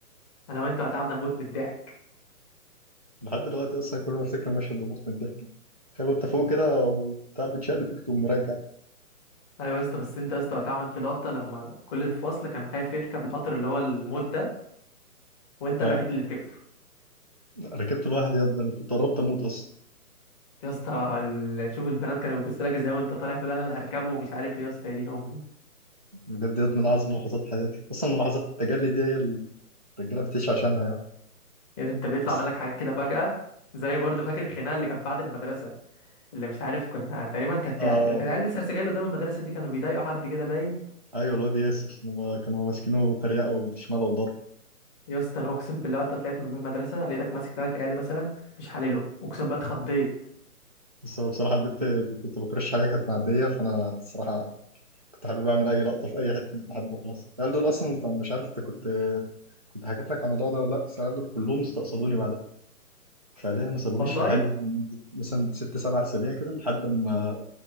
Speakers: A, on the left; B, on the right.
A: انا وانت وقتها قعدنا نموت من الضحك
B: لحد دلوقتي اصلا كل ما افتكر المشهد بموت من الضحك تخيل انت فوق كده وبتاع بتشقلب بيك تقوم راجع
A: ايوه يا اسطى بس انت يا اسطى وقتها عملت لقطه لما كل الفصل كان خايف يركب القطر اللي هو الموت ده وانت
B: اه
A: الوحيد اللي ركبته
B: ركبت لوحدي يا ابني انا كنت قربت اموت اصلا
A: يا اسطى ال- شوف البنات كانوا بيبصوا لك ازاي وانت طالع تقول انا اللي هركبه ومش عارف ايه يا اسطى يا دين امي
B: بجد يا ابني من اعظم لحظات حياتي اصلا لحظات التجلي دي هي اللي الرجاله بتعيش عشانها يعني
A: يعني انت بيطلع
B: بس
A: منك حاجات كده فجاه زي برضه فاكر الخناقه اللي كانت بعد المدرسه اللي مش عارف كنا تقريبا كانت
B: اه
A: عيال- كانت عيال السرسجيه اللي قدام المدرسه دي كانوا بيضايقوا حد كده باين
B: ايوه الواد ياسر هما كانوا ماسكينه تريقه وشماله وضرب
A: يا اسطى انا اقسم بالله وقت طلعت من المدرسه لقيتك ماسك تلات عيال مثلا مش حللهم اقسم بقى اتخضيت
B: بس هو بصراحه البنت اللي كنت بكرش عليها كانت معديه فانا الصراحه كنت حابب اعمل اي لقطه في اي حته لحد خلاص العيال دول اصلا انت مش عارف انت كنت كنت حكيت لك على الموضوع ده ولا لا بس العيال دول كلهم استقصدوني بعدها فعليا ما سابونيش
A: والله
B: في حالي يعني مدة مثلا ست سبع اسابيع كده لحد ما